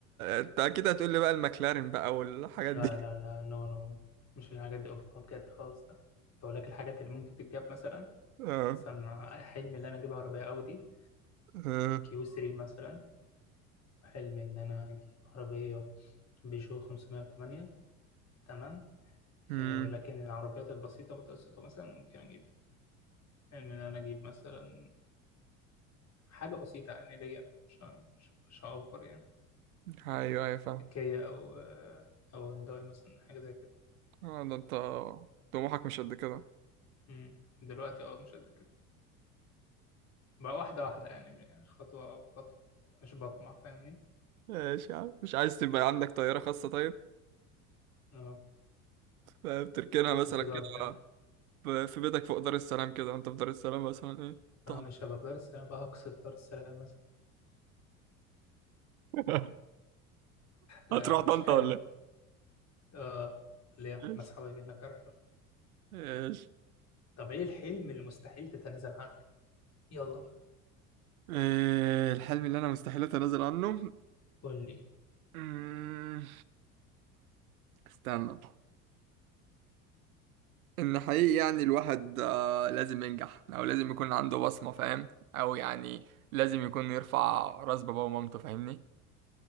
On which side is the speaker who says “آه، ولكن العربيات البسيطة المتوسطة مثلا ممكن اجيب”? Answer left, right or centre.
Left